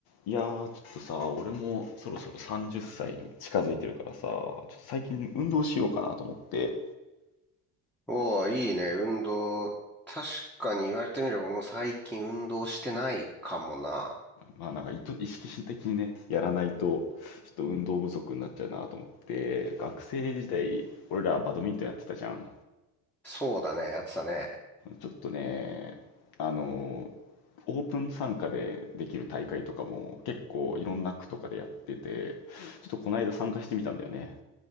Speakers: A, on the left (about 70°); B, in the centre.
A: いやー、ちょっとさ、俺もそろそろ30歳に近づいてるからさ、ちょっと最近運動しようかなと思って、
B: おお、いいね、運動。確かに言われてみれば、俺も最近運動してないかもな。
A: まあなんか意図、意識的にね、やらないと、ちょっと運動不足になっちゃうなと思って、学生時代、俺らバドミントンやってたじゃん。
B: そうだね、やってたね。
A: ちょっとね、あの、オープン参加でできる大会とかも結構いろんな区とかでやってて、ちょっとこの間参加してみたんだよね。